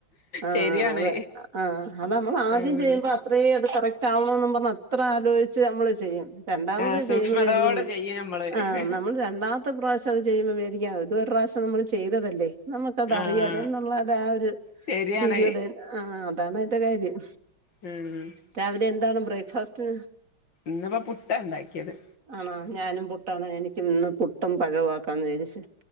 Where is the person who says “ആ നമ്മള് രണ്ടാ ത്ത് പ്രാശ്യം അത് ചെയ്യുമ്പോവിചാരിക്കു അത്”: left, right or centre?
Right